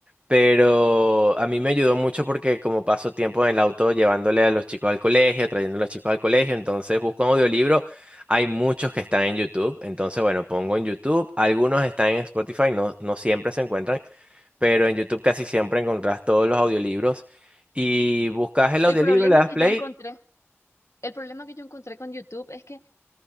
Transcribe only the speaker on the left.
El
problema
que
yo encontré El problema que yo encontré con YouTube es que